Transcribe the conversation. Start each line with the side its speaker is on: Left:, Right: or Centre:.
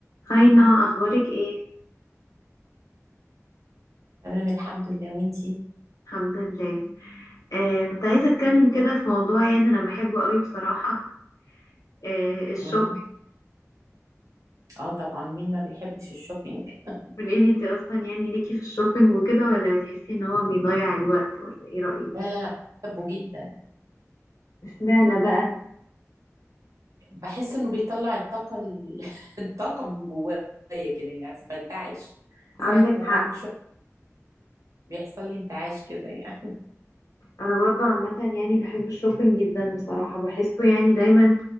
Left: هاينا اخبارك ايه
Right: تمام الحمد لله وانتي
Left: الحمد لله آه كنت عايزه اتكلم كده في موضوع يعني انا بحبه قوي بصراحه آه الشوبينج
Right: مم. اه طبعا مين ما بيحبش الشوبينج <laughs>
Left: قولي لي انت اصلا يعني ليكي في الشوبينج وكده ولا بتحسي ان هو بيضيع الوقت ولا ايه رايك
Right: لا لا لا بحبه جدا
Left: اشمعنى بقى
Right: بحس انه بيطلع الطاقة ال- <laughs> الطاقة من جوايا كده يعني عارفة بنتعش ساعة
Left: عندك
Right: ما
Left: حق
Right: بعمل شوبينج بيحصل لي انتعاش كده يعني
Left: انا برضو عامه يعني بحب الشوبينج جدا بصراحه بحسه يعني دايما